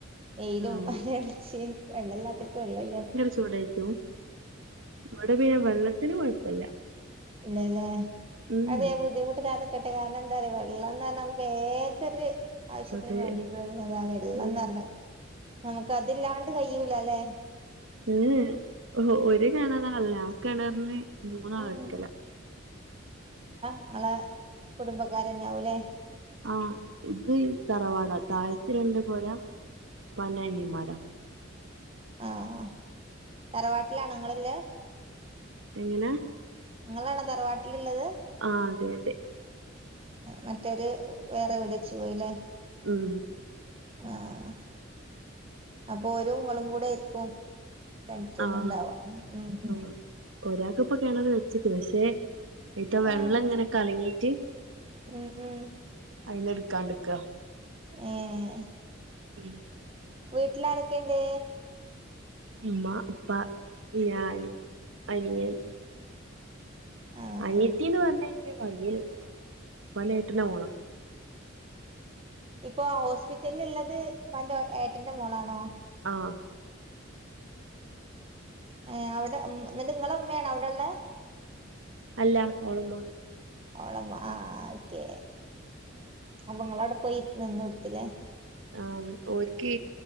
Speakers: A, on the right; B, on the right.
A: വെയിലും
B: ആഹ്
A: വരൾച്ചയും വെള്ളമല്ലാത്തക്ക് വെള്ളല്ലാണ്
B: ടും ഇവിടെ പിന്നെ വെള്ളത്തിന് കുഴപ്പല്ല
A: ഇല്ലല്ലേ
B: ഉം
A: അതെ ബുദ്ധിമുട്ടില്ലാതൊ ക്കട്ടെ കാരണം എന്താ പറയാ വെള്ളം എ പറഞ്ഞാൽ നമുക്ക് ഏതൊരു ആവശ്യത്തിനന്
B: അതെ
A: വേണ്ടിയിട്ടരുന്നതാ വെള്ളംന്ന്
B: ഉം
A: പറഞ്ഞ നമുക്ക് അതില്ലാണ്ട് കഴൂല അല്ലേ
B: ഉം ഉം ഒരു കെണറന അല്ല കിണർന്ന് മൂന്നാൾ
A: ഉം
B: എടുക്കല
A: ങ്ങളെ കുടുംബക്കാരന്നെയാവൂലേ
B: ആഹ ഇത് തറവാടാ താഴത്തി രണ്ട് പോരാ പ്പാന്റെ അനിയൻമാരാ
A: ആഹ തറവാട്ടിലാണങ്ങളല്ലേ
B: എങ്ങനാ
A: നിങ്ങളാണോ തറവാട്ടിലുള്ളത്
B: ആ അതെ അതെ
A: മറ്റൊരു വേറെ എവിടെ വെച്ച് പോയില്ലേ
B: ഉം
A: ആഹ അപ്പൊ ഓരും ങ്ങളും കൂടെ ആയിരിക്കും കളിച്ചൊന്നണ്ടാവാ
B: ആഹ്
A: ഉം ഉം
B: ആഹ് ഒരാൾക്ക് ഇപ്പ കിണറ് വെച്ചിക്ക്ന്ന് പക്ഷെ ഈല്ത്തെ വെള്ളം
A: ആഹ്
B: ഇങ്ങനെ കലങ്ങീറ്റ്
A: ഉം ഉം
B: അയിന് എടുക്കാണ്ട്ക്കാ
A: ഏ യെ
B: ഉം
A: വീട്ടിലാരൊക്കെയിണ്ട്
B: ഉമ്മ പ്പ ഞാൻ അനിയൻ
A: ആഹ്
B: അനിയത്തീന്ന് പറഞ്ഞ എന്റെ വകെലുള്ളതാ ഉപ്പാന്റെ ഏട്ടന്റെ മോളാ
A: ഇപ്പൊ ഹോസ്പിറ്റലിൽ ഇള്ളത് ഉപ്പാന്റെ ഏട്ടന്റെ മോളാണോ
B: ആ
A: ഏ അവിടെ എന്നിട്ട് നിങ്ങളുമ്മയാണോ അവിടെള്ള
B: അല്ല ഓളുമ്മ
A: ഓളമ്മ ആ ഓക്കെ അപ്പൊ ഇങ്ങളാടെപ്പോയി നിന്നടുത്തില്ലേ
B: ആ ഓര്ക്ക്